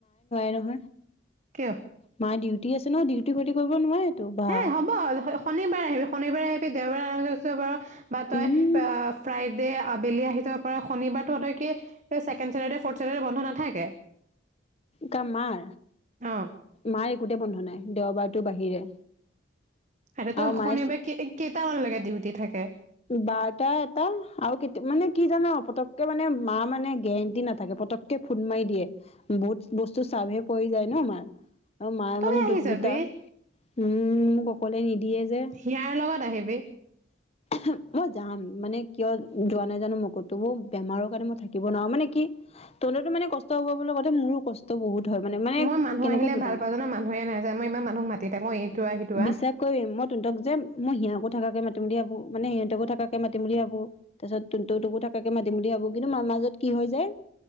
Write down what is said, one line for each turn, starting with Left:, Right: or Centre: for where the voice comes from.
Left: নহ
Right: কিয়?
Left: মায় ডিউটি আছে ডিউটি খতি কৰিব নোৱাৰে তটো বা
Right: হে হ'ব শনিবাৰে আহিবি শনিবাৰে আহিবি দেওবাৰে আৰম্ কৰিছো বাৰু বা তই
Left: উম
Right: ফ্ৰাইডে আবেলি আহি যাব পাৰ শনিবাৰ তহঁ তই কি সেই চেকেন চেটাৰদে ৰ্ফড চেটাৰদে বন্ধ নাথাকে
Left: ক মাৰ
Right: অ',
Left: মায় একোতে বন্ধু নাই দেওবাৰতো বাহিৰে
Right: তাতে তো
Left: আৰু
Right: শনিবাৰে
Left: মায়ে
Right: কেইটামানলৈকে দিউতি থাকে
Left: বাৰ্তটা এটা আৰু কেতিয়া মানে কি জান পতককে মানে মা মানে গেৰেণ্টি নাথাকে পতককে ফুট মাৰি দিয়ে বহুত বস্তু চভে পৰি যায় ন মাৰ আৰু মায়ে
Right: তই
Left: মানে
Right: আহি
Left: দু
Right: যাবি
Left: দুটা উম সকলোৱে নিদিয়ে যে
Right: হিয়াৰ লগত আহিব ৱ
Left: উ মই যাম মানে কিয় যোৱা নাই জানো মোকতো বেমাৰৰ কাৰণে মই থাকিব নোৱাৰো মানে কি তহতো মানে কষ্ট হব কথা মোৰো কষ্ট বহুত হয় মানে মানে
Right: মই মানুহ
Left: কেনেকৈ
Right: আহিলে
Left: বুজাম
Right: ভাল পাওঁ জানো মানুহে না যায় মই ইমান মানুহক মাতি থাকো এইটো হিটে আহ
Left: বিশ্বাস কৰিম মই তহঁতক যে মই সিহঁতকো মাতিম বুলি ভাবো মানে সিহঁতকো থাকে মাতিম বুলি ভাবো তাৰ পিছত তু ততোকো থাকে মাতিম বুলি ভাবো কিন্তু মাৰ মাজত কি হয় যায়